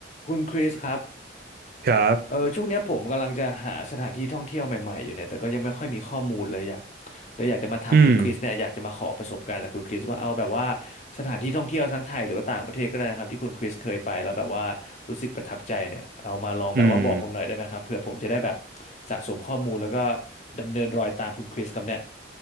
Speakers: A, on the left; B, on the right.
A: คุณคริสครับ
B: ครับ
A: เออช่วงเนี้ยผมกำลังจะหาสถานที่ท่องเที่ยวใหม่ๆอยู่เนี่ยแต่ก็ยังไม่ค่อยมีข้อมูลเลยอยากเลยอยากจะมาถามคุณคริสเนี่ยอยากจะมาขอประสบการณ์จากคุณคริสว่าเอาแบบว่า
B: อืม
A: สถานที่ท่องเที่ยวทั้งไทยหรือว่าต่างประเทศก็ได้นะครับที่คุณคริสเคยไปแล้วแบบว่ารู้สึกประทับใจเนี่ยเอามาลองแบบว่าบอกผมหน่อยได้ไหมครับเผื่อผมจะได้แบบ
B: อืม
A: สะสมข้อมูลแล้วก็ดำเนินรอยตามคุณคริสครับเนี่ย